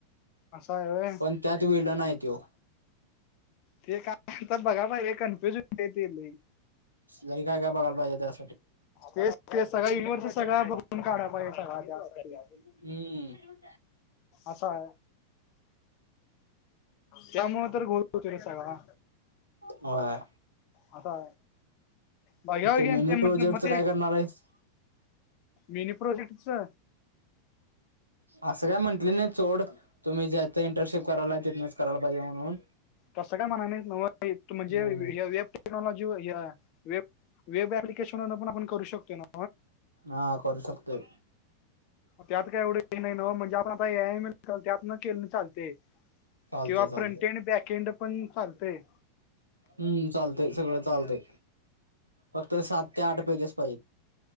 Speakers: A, on the left; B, on the right.
A: असा आहे होय?
B: पण त्यात विलन आहे त्यो.
A: ते का आता बघा पाहिजे रे, कन्फ्युज होते ते लई.
B: लय काय काय बघाय पाहिजे त्यात
A: ते ते सगळ युनिव्हर्सल बघून काढायला पाहिजे त्यावर.
B: हम्म.
A: असा आहे. त्यामुळे तर गोल होते र सगळा.
B: होय.
A: हता बा यावग
B: ते मिनी
A: शंभर
B: प्रोजेक्टच
A: शंभर
B: काय
A: च एक.
B: करणार आहेस
A: मिनी प्रोजेक्ट च?
B: असं काय म्हंटलं नाही चोड तुम्ही ज्यात इंटर्नशिप करायला तिूनच करायला पाहिजे म्हणून.
A: तसं काय म्हणा म म्हणजे.
B: नाही नाही
A: टेक्नॉलॉजी व वेब वेब ऍप्लिकेशन पण आपण करू शकतो नव्ह.
B: हा करू शकतोय
A: त्यात काय एवढं हे नाही न म्हणजे आपण आता ए आय मदन केलं तर चालतंय.
B: चालतय
A: किंवा
B: चालतय
A: फ्रंट एड बॅक एंड पण चालतय.
B: हम्म चालतय सगळं चालतय. फक्त सात ते आठ पैकीच पाहिजेत.